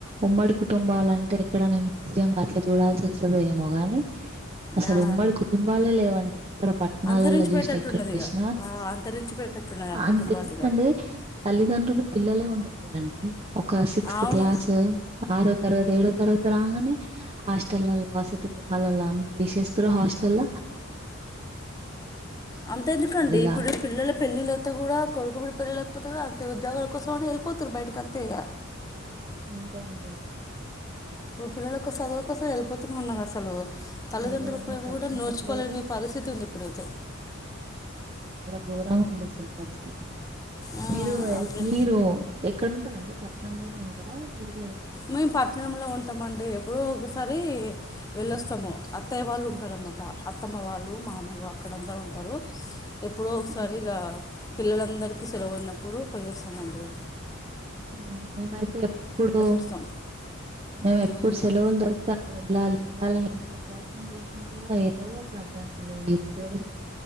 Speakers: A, on the right (about 30°); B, on the left (about 15°).
A: ఉమ్మడి కుటుంబాల అంటే ఎక్కడనే జం అట్లా చూడాల స వస్తుస్త ఏ మగానీ అసలు
B: ఆ,
A: ఉమ్మడి కుటుంబాలే లేవండి ఇక్కడ పట్టణాలలో
B: అంతరించి
A: చూసినా
B: పెటట్టున్నది
A: ఎక్కడ చూసినా
B: ఇక అంతరించి పెటేట్టున్నది ఆ
A: అంతెందుకండి
B: కుటుంబాలుగా
A: తల్లిదండ్రులు పిల్లలే ఉండట్లేదండి ఒక సిక్స్త్
B: అవును
A: క్లాస్ ఆరో తరగతి ఏడో తరగతి రాగానే హాస్టెల్ అల్ వస హల్ అంద విస్త హస్ అల
B: అంత ఎందుకండి
A: ఇగ
B: ఇప్పుడు పిల్లల పెళ్ళిలయి కూడా కొడుకుబడి పపోత అంతే ఉద్యో కోసం వెళ్పోతతుారు బయట అంత ఇగ
A: అంతే అండి
B: పిల్లలలకు చదువు కోసం వెళ్ళిపోతుూ ఉన్నారు అసలు తల్లిదండ్రుల
A: ఎవ్వరన్నా
B: ప్రేమ
A: కలిసి
B: కూడా
A: ఉండట్లేరు
B: నోచుకోలేని పరిస్థితి ఉంది ఇప్పుడుయితే
A: ఘోరం ఉంది అసలు పరిస్థితి
B: ఆ,
A: మీరు
B: అప్పుడే
A: మీరు ఎక్కడంటార అండి ప నమ్నే ఉంటరాారురుగు
B: మేము పట్టణంలో ఉంటామండి ఎప్పుడ ఒకసారి వెళ్ళొస్తాము అత్తయ్య వాళ్ళు ఉంటారన్నమాట అత్తమ్మ వాళ్ళు మా అమయ్య అక్కడందరూ ఉంటారు ఎప్పుడో ఒకసారి
A: ఆహా!
B: ఇ పిల్లలందరిక కలో ఉన్నప్పుడు పోయేస్తామండి
A: ఉమ్ మేమైతే ఎప్పుడు
B: వస్తాం
A: మేము
B: ఉమ్,
A: ఎప్పుడు సెలవులు దొరుకుతే అప్పుడు వెళ్ళాలి ఉడాలని ఎంత ప్రయత్నం చేసినా కూడా ఏదో ఒక అడ్డంకులు ఈ ఉద్యోగ